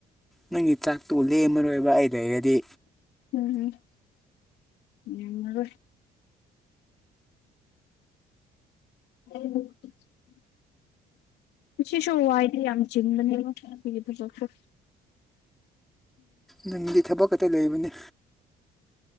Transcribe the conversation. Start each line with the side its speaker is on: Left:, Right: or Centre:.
Centre: ꯅꯪꯒꯤ ꯆꯥꯛꯇꯨ ꯂꯦꯝꯃꯔꯣꯏꯕ ꯑꯩ ꯂꯩꯔꯗꯤ
Left: ꯎꯝ ꯂꯦꯝꯃꯔꯣꯏ <unintelligible> ꯉꯁꯤꯁꯨ ꯋꯥꯏꯗꯤ ꯌꯥꯝ ꯆꯤꯡꯕꯅꯤ ꯑꯈꯣꯏꯒꯤ ꯊꯕꯛꯁꯦ
Centre: ꯅꯪꯗꯤ ꯊꯕꯛ ꯈꯛꯇ ꯂꯩꯕꯅꯤ